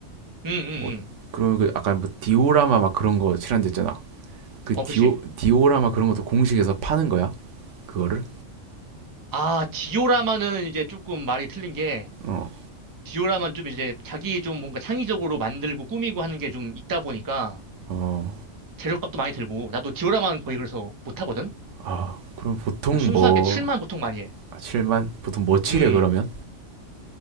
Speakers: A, on the right (about 20°); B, on the right (about 75°).
A: 응응응.
B: 어, 그러면 그 아까 뭐 디오라마 막 그런 거 칠한댔잖아 그
A: 어
B: 디오
A: 그치.
B: 디오라마 그런 것도 공식에서 파는 거야? 그거를?
A: 아 디오라마는 이제 조금 말이 틀린 게
B: 어.
A: 디오라만 좀 이제 자기 좀 뭔가 창의적으로 만들고 꾸미고 하는 게 좀 있다 보니까
B: 어.
A: 재료값도 많이 들고 나도 디오라만 거의 그래서 못 하거든.
B: 아, 그럼 보통
A: 그냥 순수하게
B: 뭐
A: 칠만 보통 많이 해.
B: 칠만 보통 뭐 칠해
A: 음.
B: 그러면?